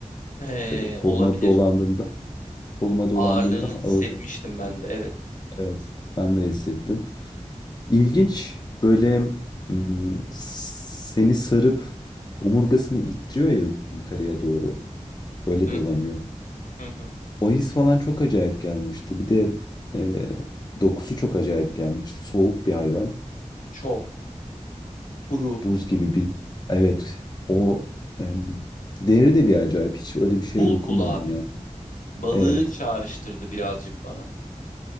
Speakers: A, on the left (about 80°); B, on the left (about 35°).
A: Ee,
B: E, koluma
A: olabilir.
B: dolandığında koluma dolandığında
A: Ağırlığını
B: ağırlık
A: hissetmiştim
B: hissettim.
A: ben de evet.
B: Evet, ben de hissettim. İlginç böyle mm, seni sarıp omurgasını ittiriyor ya yukarıya doğru. Öyle
A: Hı
B: dolanıyor.
A: hı hı. hı.
B: O his falan çok acayip gelmişti. Bir de e, dokusu çok acayip gelmişti. Soğuk bir hayvan.
A: Çok. Kuru.
B: Buz gibi bir... Evet, o em, deri de bir acayip. Hiç öyle bir şeye
A: Pul
B: dokunmadım
A: pul abi.
B: yani.
A: Balığı
B: Evet.
A: çağrıştırdı birazcık bana.